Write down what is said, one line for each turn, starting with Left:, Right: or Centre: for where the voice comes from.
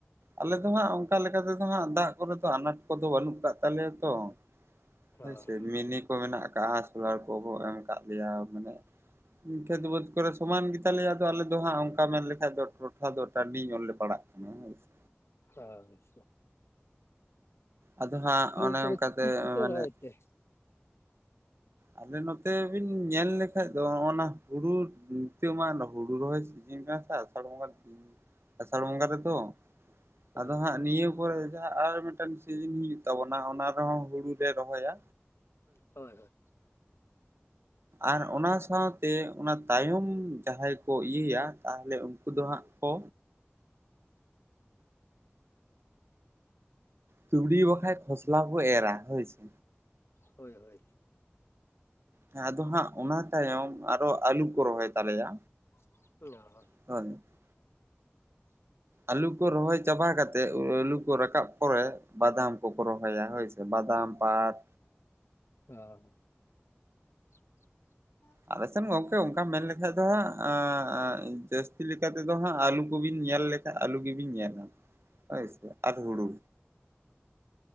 Right: ᱟᱞᱮ
Left: ᱦᱳᱭ
Right: ᱫᱚ ᱦᱟᱸᱜ ᱚᱱᱠᱟ ᱞᱮᱠᱟ ᱛᱮᱫᱚ ᱦᱟᱸᱜ ᱫᱟᱜ ᱠᱚᱨᱮ ᱫᱚ ᱟᱱᱟᱴ ᱠᱚᱫᱚ ᱵᱟᱹᱱᱩᱜ ᱠᱟᱜ ᱛᱟᱞᱮᱭᱟ ᱛᱚ ᱾
Left: ᱦᱳᱭ
Right: ᱦᱳᱭᱥᱮ ᱢᱤᱱᱤ ᱠᱚ ᱢᱮᱱᱟᱜ ᱟᱠᱟᱜᱼᱟ, ᱥᱳᱞᱟᱨ ᱠᱚᱠᱚ ᱮᱢ ᱟᱠᱟᱫ ᱞᱮᱭᱟ, ᱢᱟᱱᱮᱼᱼ ᱠᱷᱮᱛ ᱵᱟᱹᱫᱽ ᱠᱚᱨᱮ ᱥᱚᱢᱟᱱ ᱜᱮ ᱛᱟᱞᱮᱭᱟ ᱟᱫᱚ ᱟᱞᱮ ᱫᱚ ᱦᱟᱸᱜ ᱚᱱᱠᱟ ᱢᱮᱱ ᱞᱮᱠᱷᱟᱡ ᱫᱚ ᱾ ᱴᱚᱴᱷᱟ ᱫᱚ ᱴᱟ. ᱱᱰᱤ ᱧᱚᱜ ᱞᱮ ᱯᱟᱲᱟᱜ ᱠᱟᱱᱟ ᱦᱳᱭᱥᱮ᱾
Left: ᱟᱪᱪᱷᱟ
Right: ᱟᱫᱚ ᱦᱟᱸᱜ
Left: ᱦᱳᱭ
Right: ᱚᱱᱮ
Left: ᱛᱚᱵᱮ
Right: ᱚᱱᱠᱟ ᱛᱮ
Left: ᱪᱮᱫ ᱠᱚᱯᱮ
Right: ᱮᱸ ᱢᱟᱱᱮ
Left: ᱨᱚᱦᱚᱭ ᱛᱮ
Right: ᱟᱞᱮ ᱱᱚᱛᱮ ᱵᱤᱱ ᱧᱮᱞ ᱞᱮᱠᱷᱟᱡ ᱫᱚ ᱦᱚᱼᱚᱱᱟ ᱦᱩᱲᱩ ᱱᱤᱛᱟ ᱢᱟ ᱦᱩᱲᱩ ᱨᱚᱦᱚᱭ ᱥᱤᱡᱤᱱ ᱠᱟᱱᱟ ᱥᱮ ᱟᱥᱟᱲ ᱵᱚᱸᱜᱟ <inaudible> ᱟᱥᱟᱲ ᱵᱚᱸᱜᱟ ᱨᱮᱫᱚ
Left: ᱦᱳᱭ
Right: ᱟᱫᱚ ᱦᱟᱸᱜ ᱱᱤᱭᱟᱹ ᱯᱚᱼᱮ ᱡᱟᱦᱟᱸ ᱟᱨ ᱢᱤᱴᱮᱱ ᱥᱤᱡᱤᱱ ᱦᱤᱡᱩᱜ ᱛᱟᱵᱚᱱᱟ ᱚᱱᱟ ᱨᱮᱦᱚᱸ ᱦᱩᱲᱩ ᱞᱮ ᱨᱚᱦᱚᱭᱟ᱾
Left: ᱦᱳᱭ ᱦᱳᱭ᱾
Right: ᱟᱨ ᱚᱱᱟ ᱥᱟᱶᱛᱮ ᱚᱱᱟ ᱛᱟᱭᱚᱢ ᱡᱟᱦᱟᱸᱭ ᱠᱚ ᱤᱭᱟᱹᱭᱟ ᱛᱟᱦᱚᱞᱮ ᱩᱱᱠᱩ ᱫᱚ ᱦᱟᱸᱜ ᱠᱚ ᱛᱩᱞᱤ ᱵᱟᱠᱷᱟᱭ ᱠᱷᱚᱥᱞᱟ ᱠᱚ ᱮᱨᱟ, ᱦᱳᱭ ᱥᱮ᱾
Left: ᱦᱳᱭ ᱦᱳᱭ᱾
Right: ᱦᱮ ᱟᱫᱚ ᱦᱟᱸᱜ ᱚᱱᱟ ᱛᱟᱭᱚᱢ ᱟᱨᱦᱚᱸ ᱟᱹᱞᱩ ᱠᱚ ᱨᱚᱦᱚᱭ ᱛᱟᱞᱮᱭᱟ᱾
Left: <unintelligible>
Right: <unintelligible> ᱟᱹᱞᱩ ᱠᱚ ᱨᱚᱦᱚᱭ ᱪᱟᱵᱟ ᱠᱟᱛᱮᱜ ᱟᱹᱞᱩ ᱠᱚ ᱨᱟᱠᱟᱵ ᱯᱚᱨᱮ᱾ ᱵᱟᱫᱟᱢ ᱠᱚᱠᱚ ᱨᱚᱦᱚᱭᱟ ᱦᱳᱭ ᱥᱮ ᱵᱟᱫᱟᱢ, ᱯᱟᱴ᱾
Left: <inaudible> <inaudible>
Right: ᱟᱞᱮ ᱥᱮᱫ ᱜᱚᱝᱠᱮ ᱚᱝᱠᱟ ᱢᱮᱱ ᱞᱮᱠᱷᱟᱡ ᱫᱚ ᱦᱟᱸᱜ ᱮᱸᱜ ᱟᱸᱜ ᱡᱟᱹᱥᱛᱤ ᱞᱮᱠᱟ ᱛᱮᱫᱚ ᱦᱟᱸᱜ ᱟᱹᱞᱩ ᱠᱚᱵᱤᱱ ᱧᱮᱞ ᱞᱮ ᱟᱹᱞᱩ ᱜᱮᱵᱤᱱ ᱧᱮᱞᱟ ᱦᱳᱭ ᱥᱮ ᱟᱨ ᱦᱩᱲᱩ᱾